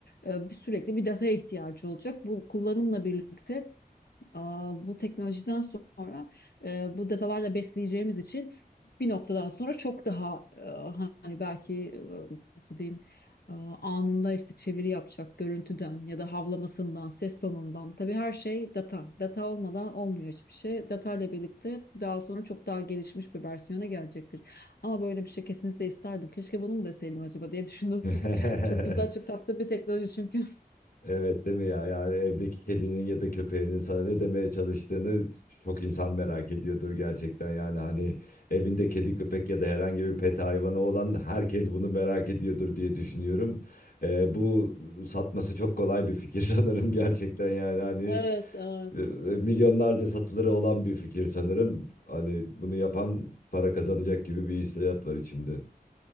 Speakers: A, on the left (about 80°); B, on the left (about 65°).
A: e, bir- sürekli bir data ihtiyacı olacak. Bu kullanımla birlikte Aa, bu teknolojiden sonra e, bu datalarla besleyeceğimiz için bir noktadan sonra çok daha e, hani belki e, nasıl diyeyim e, anında işte çeviri yapacak görüntüden ya da havlamasından, ses tonundan. Tabii her şey data. Data olmadan olmuyor hiçbir şey. Data ile birlikte daha sonra çok daha gelişmiş bir versiyona gelecektir. Ama böyle bir şey kesinlikle isterdim. Keşke bunu mu deseydim acaba diye düşündüm.
B: <laughs>
A: <laughs> Çok güzel, çok tatlı bir teknoloji çünkü. <laughs>
B: Evet değil mi ya? Yani evdeki kedinin ya da köpeğinin sana ne demeye çalıştığını çok insan merak ediyordur gerçekten. Yani hani evinde kedi köpek ya da herhangi bir pet hayvanı olan herkes bunu merak ediyordur diye düşünüyorum. Ee, bu satması çok kolay bir fikir <laughs> sanırım gerçekten yani hani
A: Evet, evet.
B: e, e, milyonlarca satılırı olan bir fikir sanırım. Hani bunu yapan para kazanacak gibi bir hissiyat var içimde.